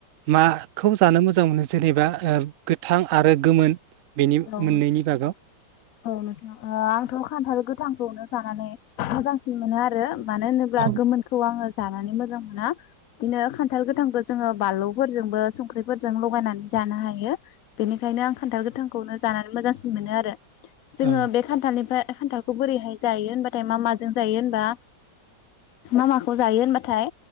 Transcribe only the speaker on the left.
औ
नोथां
औ नोथां ओ आंथ' खान्थाल गोथांखौनो जानानै मोजांसिन मोनो आरो मानो होनोब्ला
गोमोनखौ आङो जानानै मोजां मोना बिदिनो खान्थाल गोथांखो जोङो बानलौफोरजोंबो संख्रिफोरजों लगायनानै जानो हायो बेनिखायनो आं खान्थाल गोथां खौनो जानानै मोजांसिन मोनो आरो जोङो
बे खान्थालनिफ्राय खान्थाल खौ बोरैहाय जायो होनबाथाय मा माजों जायो होनबा मा माखौ जायो होनबाथाय